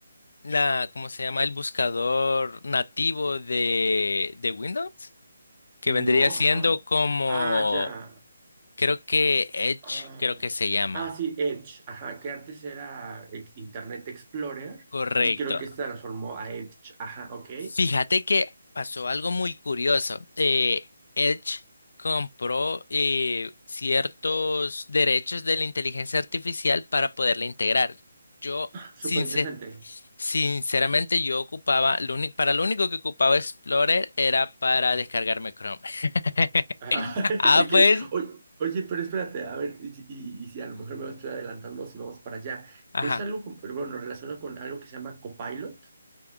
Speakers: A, on the left; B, on the right.
A: la, ¿cómo se llama? El buscador nativo de, de Windows, que vendría
B: No,
A: siendo
B: ajá.
A: como,
B: Ah, ya.
A: creo que Edge,
B: Ah,
A: creo que se llama.
B: ah, sí, Edge, ajá, que antes era ex- Internet Explorer
A: Correcto.
B: y creo que se transformó a Edge, ajá, ok.
A: Fíjate que pasó algo muy curioso. Eh, Edge compró eh, ciertos derechos de la inteligencia artificial para poderla integrar. Yo,
B: Súper
A: sincer-
B: interesante.
A: sinceramente, yo ocupaba, lo uni- para lo único que ocupaba Explorer era para descargarme Chrome. <laughs>
B: Ajá, <laughs>
A: Ah,
B: ok,
A: pues,
B: O- oye, pero espérate, a ver, y, si y- y si a lo mejor me estoy adelantando, si vamos para allá,
A: Ajá.
B: ¿es algo, como- bueno, relacionado con algo que se llama Copilot